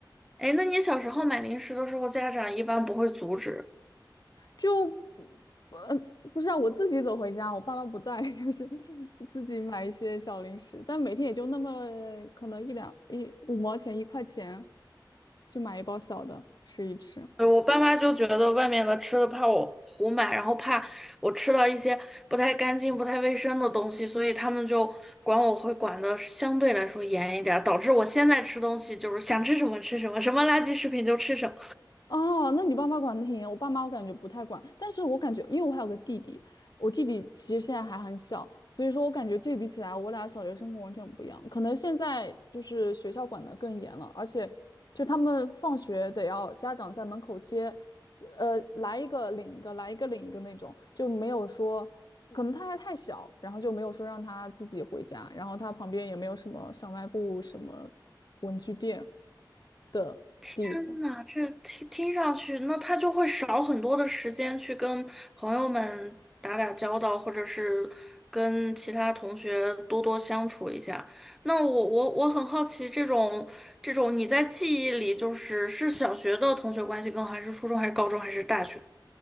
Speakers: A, in the centre; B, on the left.
A: 哎，那你小时候买零食的时候，家长一般不会阻止？
B: 就呃不是啊，我自己走回家，我爸妈不在，<laughs> 就是自己买一些小零食，但每天也就那么可能一两一五毛钱一块钱，就买一包小的吃一吃。
A: 对我爸妈就觉得外面的吃的怕我胡买，然后怕我吃到一些不太干净、不太卫生的东西，所以他们就管我会管的相对来说严一点儿导致我现在吃东西就是想吃什么吃什么，什么垃圾食品就吃什么。
B: 哦，那你爸妈管的挺严，我爸妈我感觉不太管，但是我感觉，因为我还有个弟弟，我弟弟其实现在还很小，所以说我感觉对比起来，我俩小学生活完全不一样。可能现在就是学校管的更严了，而且就他们放学得要家长在门口接，呃，来一个领一个，来一个领一个那种，就没有说，可能他还太小，然后就没有说让他自己回家，然后他旁边也没有什么小卖部、什么文具店的地方。
A: 天呐，这听听上去，那他就会少很多的时间去跟朋友们打打交道，或者是跟其他同学多多相处一下。那我我我很好奇，这种这种你在记忆里，就是是小学的同学关系更好，还是初中，还是高中，还是大学？